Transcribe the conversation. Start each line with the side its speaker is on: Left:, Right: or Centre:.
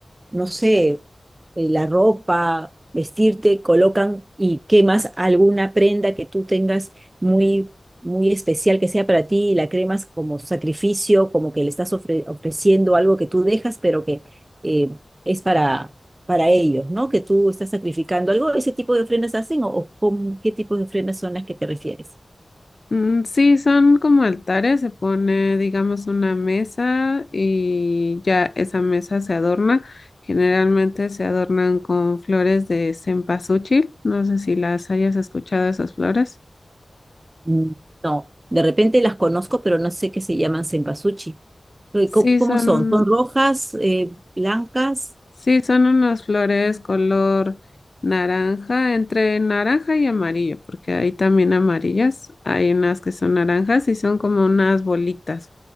Right: no sé, eh, la ropa, vestirte, colocan y quemas alguna prenda que tú tengas muy, muy especial que sea para ti y la cremas como sacrificio, como que le estás ofre- ofreciendo algo que tú dejas, pero que eh, es para, para ellos, ¿no? Que tú estás sacrificando algo. ¿Ese tipo de ofrendas hacen o, o con qué tipo de ofrendas son las que te refieres?
Left: Mm, Sí, son como altares, se pone, digamos, una mesa y ya esa mesa se adorna. Generalmente se adornan con flores de cempasúchil, no sé si las hayas escuchado esas flores.
Right: Mm, No, de repente las conozco, pero no sé qué se llaman sempasuchi. Eh,
Left: Sí,
Right: ¿Cómo, cómo
Left: son,
Right: son? ¿Son rojas, eh, blancas?
Left: Sí, son unas flores color naranja, entre naranja y amarillo, porque hay también amarillas, hay unas que son naranjas y son como unas bolitas.